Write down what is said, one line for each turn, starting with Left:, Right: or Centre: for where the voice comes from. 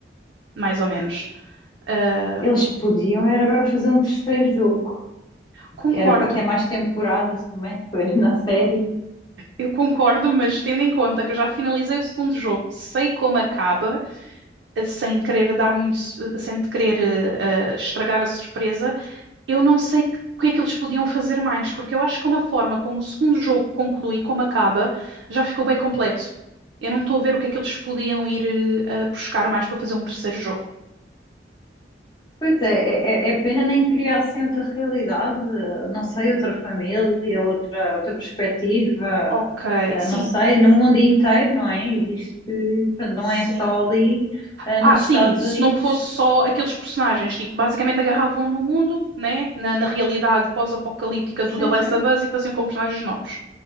Right: mais ou menos. Ah,
Left: Eles podiam era agora fazer um terceiro jogo,
Right: concordo.
Left: que era para ter mais temporadas também depois <laughs> na série.
Right: Eu concordo, mas tendo em conta que eu já finalizei o segundo jogo, sei como acaba, eh, sem querer dar muito, s- eh, sem querer eh, eh, estragar a surpresa, eu não sei o que é que eles podiam fazer mais, porque eu acho que uma forma como o segundo jogo conclui, como acaba, já ficou bem completo. Eu não estou a ver o que é que eles podiam ir eh, a buscar mais para fazer um terceiro jogo.
Left: Pois é, é, é é pena nem criar assim outra realidade, não sei, outra família, outra, outra perspectiva,
Right: Ok,
Left: eh,
Right: sim,
Left: não sei, no mundo inteiro, não é? Existe, portanto, não
Right: sim.
Left: é só ali, eh,
Right: Ah,
Left: nos
Right: sim,
Left: Estados
Right: se
Left: Unidos.
Right: não fosse só aqueles personagens, tipo, basicamente agarravam no mundo, né, na, na realidade pós-apocalíptica do
Left: Sim,
Right: The Last
Left: sim.
Right: of Us e faziam com personagens novos.